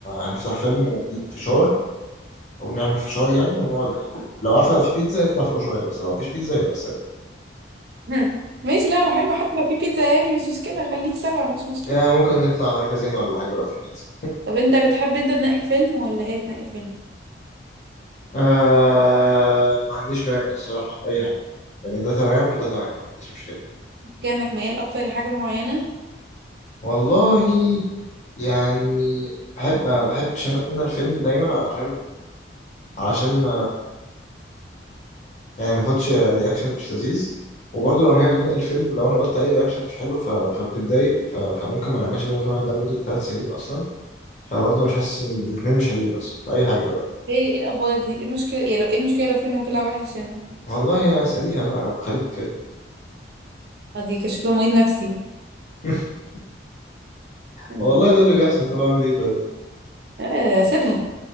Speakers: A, on the left; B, on the right.
A: هنفتح فيلم ونجيب فشار او نعمل فشار يعني ونقعد ناكل لو عارفة لو في بيتزا يطلع فوق شوية بس لو مفيش بيتزا يبقى السبب
B: مم. ماشي لا هو حلو حتى لو في بيتزا يعني مش مشكله خليك سبعه مش مشكله
A: يعني ممكن نطلع مركزين ولا حاجة لو في بيتزا
B: طب انت بتحب انت تنقي الفيلم ولا هي اللي تنقي الفيلم
A: آه ما عنديش مانع الصراحة في أي حاجة يعني ده تمام وده تمام ما عنديش مشكلة
B: كانك ميال اكتر لحاجه معينه
A: والله يعني بحب ما بحبش أنقي أنا الفيلم دايما علشان علشان يعني ما اخدش رياكشن مش لذيذ وبرضه لما هي بتنقي الفيلم لو انا قلت اي رياكشن مش حلو ف... فبتتضايق ف... فممكن ما نعملش الموفي نايت ده لمده ثلاث سنين اصلا فبرضه مش حاسس ان الاثنين مش حلوين اصلا في اي حاجه بقى
B: ايه ايه الافوار دي ايه المشكله يعني لو ايه المشكله لو فيلم طلع وحش يعني
A: والله اساليها بقى بخليك تتكلم
B: دي كان شكلها مريض نفسي
A: <laughs>
B: آه.
A: والله ده اللي بيحصل طب اعمل ايه طيب
B: آه، سيبها